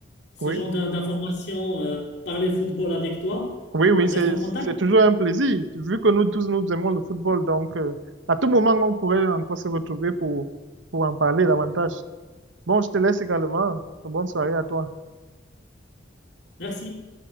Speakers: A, on the left (about 65°); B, on the right (about 80°).
A: ce
B: oui,
A: genre d'in- d'informations euh, par les football avec toi.
B: oui, oui,
A: On reste
B: c'est,
A: en contact.
B: c'est toujours un plaisir, vu que nous tous, nous aimons le football. Donc, euh, à tout moment, on pourrait encore se retrouver pour, pour en parler davantage. Bon, je te laisse également. Bonne soirée à toi.
A: Merci.